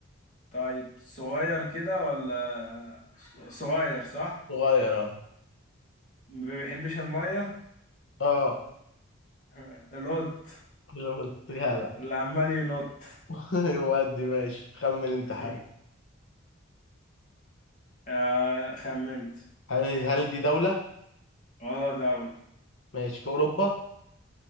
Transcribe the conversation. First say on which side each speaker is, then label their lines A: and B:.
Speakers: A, on the left; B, on the left.
A: طيب صغير كده ولا صغير صح؟
B: صغير اه
A: ما بيحبش المية
B: اه
A: <laughs> القط
B: شفت جدع
A: <laughs> اللي عمال ينط
B: <laughs> ودي ماشي خمن انت
A: <laughs>
B: حاجة
A: آه، خمنت
B: هل هل دي دولة
A: اه دولة
B: ماشي في أوروبا